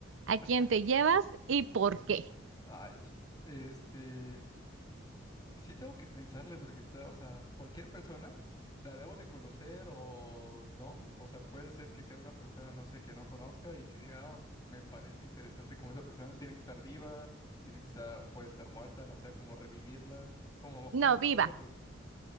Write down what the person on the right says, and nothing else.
¿A quién
te llevas y por qué?
No, viva.